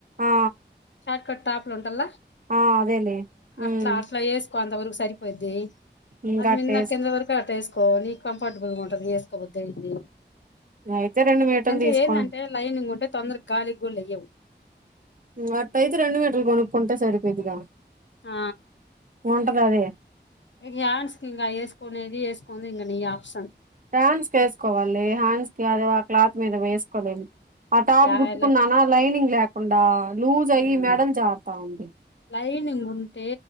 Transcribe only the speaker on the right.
ఆ
ఆ అదేలే
ఉమ్
ఇంకా
టేస్ట్
అయితే రెండు మీటర్లు
తీసుకోం
అట్ అయితే రెండు మీటలు కొనుక్కుంటే సరిపోయిద్దిగా
ఉంటదా అది
హ్యాండ్స్ క వేసుకోవాలి హ్యాండ్స్ కి అదే ఆ క్లాత్ మీద వేసుకోలేను ఆ టాప్
గుట్టుకున్నానా
లైనింగ్ లేకుండా లూజ్ అయి
మెడన్ జారుతా ఉంది